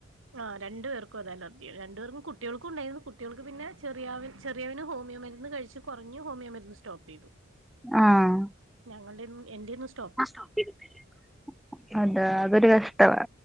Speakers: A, on the right; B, in the centre.
A: ആഹ് രണ്ടു പേർക്കു ഒരു അലർജിയാണ്. രണ്ടു പേർക്കും കുട്ട്യേൾക്കും ഉണ്ടായിരുന്നു കുട്ട്യാൾക്ക് പിന്നെ ചെറിയാവൻ ചെറിയവന് ഹോമിയോമരുന്ന് കഴിച് ച്ച് കൊറഞ്ഞു ഹോമിയോമരുന്ന് സ്റ്റോപ്പ് ചെയ്
B: ആഹ്
A: ഞങ്ങളടെന്നും എന്റെന്നും സ്
B: സ്റ്റോപ്പ്‌ ചെയ്തിട്ടില്ല. അതാ അതൊരു കഷ്ടവാ